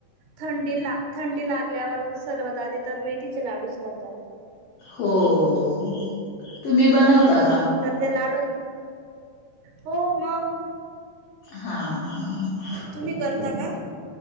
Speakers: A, on the right; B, on the left.
A: थंडी ला थंडी लागल्यावर सर्वात आधी तर मेथीचे लाडूच करतात.
B: हो हो तुम्ही बनवतात?
A: तर ते लाडून हो मग.
B: हा, हा, हा.
A: तुम्ही करता का?